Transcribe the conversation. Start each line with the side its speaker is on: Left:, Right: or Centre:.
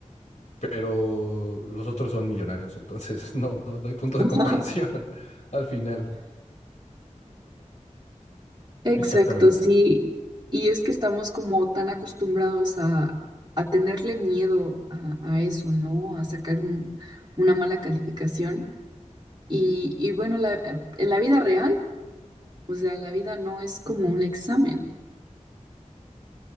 Left: pero los otros son millonarios, entonces <laughs> no, no, no hay punto
Right: <laughs>
Left: de comparación <laughs> al final.
Right: Exacto,
Left: Exactamente.
Right: sí. Y es que estamos como tan acostumbrados a, a tenerle miedo a, a eso, ¿no? A sacar un, una mala calificación. Y, y bueno, la- eh, en la vida real, o sea, la vida no es como un examen.